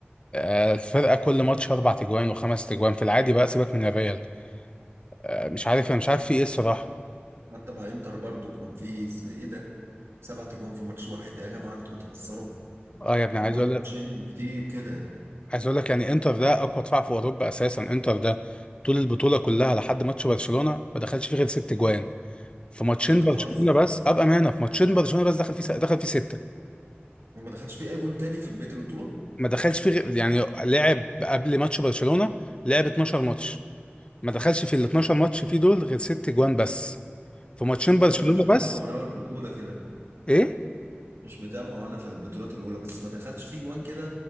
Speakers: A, on the left; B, on the right.
A: آه، الفرقة كل ماتش اربع تجوان وخمس تجوان في العادي بقى سيبك من الريال آه، مش عارف انا مش عارف في ايه الصراحة
B: حتى مع انتر برضو كان في س- ايه ده سبعة جوان في ماتش واحد ايه يا جماعه انتوا بتهزروا
A: اه يا ابني
B: مجموع
A: عايز اقول
B: الماتشين
A: لك
B: كتير كده
A: عايز اقول لك يعني انتر ده اقوى دفاع في اوروبا اساسا انتر ده طول البطولة كلها لحد ماتش برشلونة ما دخلش فيه غير ست جوان في ماتشين
B: بتهزر
A: برشلونه بس ابقى مانا في ماتشين برشلونه بس دخل فيه دخل فيه سته
B: وما دخلش في اي جون تاني في بقيه البطوله
A: ما دخلش فيه غير- يعني لعب قبل ماتش برشلونه لعب 12 ماتش ما دخلش في ال 12 ماتش فيه دول غير ست جوان بس في ماتشين
B: لا
A: برشلونه
B: ده انا مش
A: بس
B: متابع من اول البطوله كده
A: ايه
B: مش متابع وانا في البطولات الاولى بس ما دخلش في جوان كده